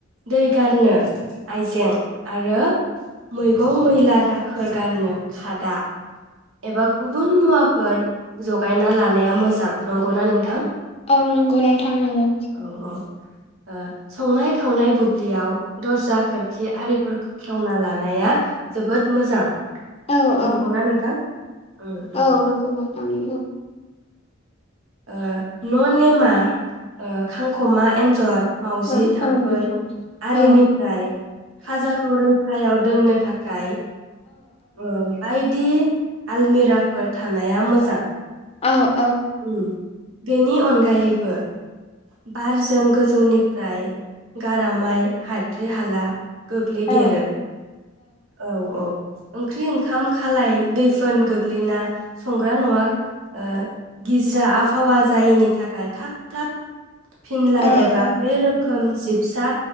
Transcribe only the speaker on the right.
दै गारनो आइजें आरो मैगं मैला दाखोर गारनो खादा एबा गुबुन मुवाफोर जगायना लानाया मोजां नंगौना नोंथां
औ औ ओ संनाय खावनाय बुब्लियाव दर्जा खोर खि आरिफोरखौ खेवना लाना नाया जोबोद मोजां
नंगौना नोंथां उम उम
ओ न' नेमा ओ खांख'मा एन्जर, मावजि,
थाम्फै
आरिनिफ्राय
खाजाखौ रैखायाव दोननो थाखाय ओ बाय दि आलमिराफोर थानाया मोजां
उम बेनि अन गायैबो बारजों गोजौनिफ्राय गारामाय हाद्रि हाला गोग्लैदेरो
औ औ ओंख्रि ओंखाम खालाय दैफोन गोग्लैना संग्रा न'आ ओ गिज्रा आबहावा जायिनि थाखाय थाब थाब फिनलाय
एबा
बे रोखोम
जिबसा